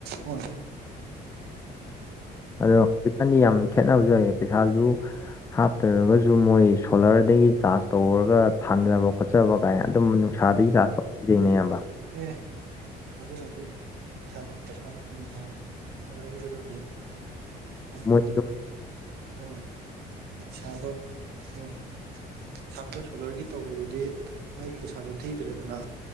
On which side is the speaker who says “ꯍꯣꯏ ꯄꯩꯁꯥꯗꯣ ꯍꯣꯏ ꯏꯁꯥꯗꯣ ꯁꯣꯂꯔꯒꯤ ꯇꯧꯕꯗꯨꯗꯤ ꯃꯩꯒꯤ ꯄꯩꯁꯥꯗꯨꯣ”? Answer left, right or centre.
Right